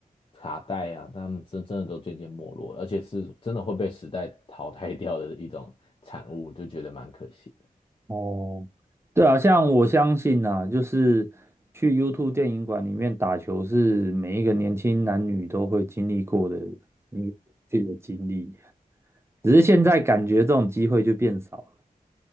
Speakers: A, on the left; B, on the right.
A: 卡带啊，他们真真的都渐渐没落了，而且是真的会被时代淘汰掉的一种产物，就觉得蛮可惜。
B: 哦，对啊，像我相信啊，就是去 YouTube 电影馆里面打球是每一个年轻男女都会经历过的一个自己的经历，只是现在感觉这种机会就变少了。